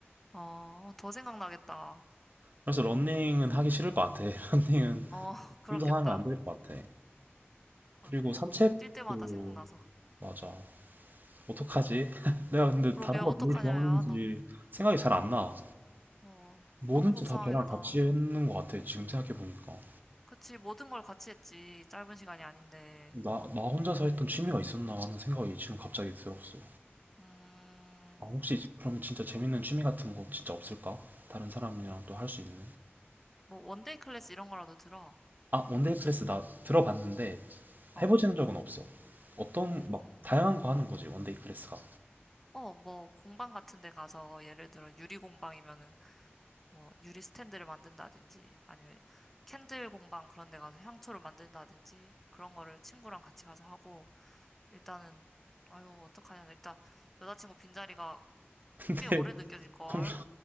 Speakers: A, in the centre; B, on the right.
A: 어, 더 생각나겠다.
B: 그래서 런닝은 하기 싫을 것 같아. <laughs> 런닝은
A: 어, <laughs> 그렇겠다.
B: 혼자 하면 안 될 것 같아.
A: 그렇네.
B: 그리고 산책도
A: 뛸 때마다 생각나서.
B: 맞아. 어떡하지? <laughs> 내가 근데
A: 그러게
B: 다른
A: 어떡하냐,
B: 걸 뭘 좋아하는지
A: 야. 너,
B: 생각이 잘 안 나.
A: 어,
B: 뭐든지
A: 너무 속상하겠다.
B: 다 걔랑 같이 했는 것 같아. 지금 생각해 보니까.
A: 그치, 모든 걸 같이 했지. 짧은 시간이 아닌데.
B: 나,
A: 뭐,
B: 나 혼자서 했던 취미가 있었나 하는 생각이 지금 갑자기 들었어.
A: 음,
B: 아, 혹시 그럼 진짜 재밌는 취미 같은 거 진짜 없을까? 다른 사람이랑 또 할 수 있는?
A: 뭐 원데이 클래스 이런 거라도 들어.
B: 아, 원데이 클래스 나 들어봤는데
A: 어.
B: 해보지는 적은 없어. 어떤
A: 음.
B: 막 다양한 거 하는 거지 원데이 클래스가.
A: 어, 뭐 공방 같은 데 가서 예를 들어 유리 공방이면은 뭐 유리 스탠드를 만든다든지 아니면 캔들 공방 그런 데 가서 향초를 만든다든지 그런 거를 친구랑 같이 가서 하고 일단은 아유, 어떡하냐. 일단 여자친구 빈자리가
B: <laughs>
A: 꽤 오래 느껴질 걸.
B: 공-